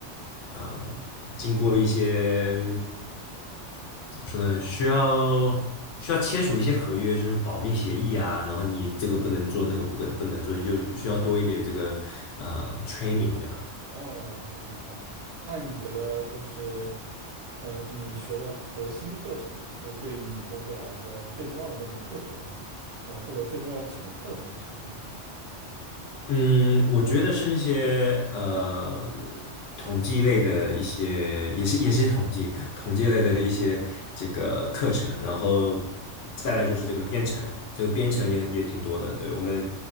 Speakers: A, on the left (about 80°); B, on the right (about 65°).
A: 呃经过一些。怎么说呢？需要需要签署一些合约，就是保密协议啊，然后你这个不能做，那个不能不能做，就需要多一点这个呃 training 这样。
B: 哦，OK，懂了。那你觉得就是，呃，你学的核心课程，就对于你工作来说最重要的那门课程，哦，或者最重要几门课程是什么呢？
A: 嗯，我觉得是那些呃统计类的一些，也是也是统计统计类的一些这个课程，然后再来就是这个编程，这个编程也也挺多的。对，我们